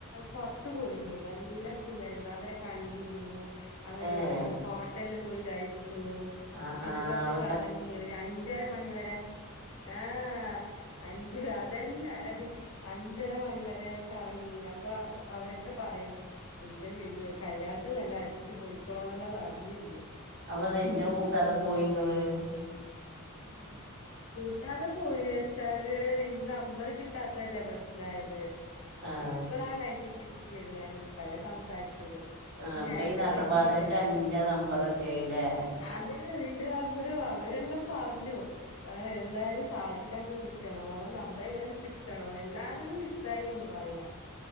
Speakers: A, on the left; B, on the right.
A: പൊറത്തു പോയിരുന്നു നല്ല സുഖായിരുന്നു അവരെ കണ്ടിരുന്നു അവരോടൊപ്പം
B: ഏഹ്
A: ഹോട്ടലില് പോയി കഴിച്ചു
B: ആഹ്
A: പിന്നെ
B: ആഹ്
A: കൊറച്ച്
B: അവ
A: കറങ്ങി ഒരു അഞ്ചര മണിവരെ ആഹ് അഞ്ചു അതന്നെ അഞ്ചര മണിവരെ കറങ്ങി അപ്പൊ അപ്പൊ അവരൊക്കെ പറയും എന്റെ വീട് കല്യാണത്തിന് എല്ലാം അടിച്ചുപൊളിക്കണം എന്നെല്ലാം പറഞ്ഞിരുന്നു.
B: അവന് എന്നെ കൂട്ടാതെ പോയി ഇങ്ങളെ.
A: ഉം കൂട്ടാതെ പോയി വെച്ചാല് നിന്റെ നമ്പർ കിട്ടാത്തല്ലേ പ്രശ്നമായത്.
B: ആഹ്
A: ഇപ്പഴാണ് എനിക്ക് കിട്ടിയത് ഞാൻ ഇപ്പല്ല സംസാരിച്ചത്.
B: ആഹ് ഇപ്പൊ
A: നേരത്തെ
B: ഈ നട്ടപ്പാതിരായ്ക്ക്
A: കിട്ടിയിരുന്നില്ല
B: എന്റെ നമ്പർ കിട്ടിയല്ലേ.
A: അത് നിന്റെ നമ്പറും അവരെല്ലാം പറഞ്ഞു. ആഹ് എന്തായാലും സാജിദായ്ക്ക് വിളിക്കണം, ഓളെ നമ്പർ എങ്ങനെ കിട്ടണം എല്ലാരിലും മിസ്. മിസ് ആയിന്ന് പറയുന്ന.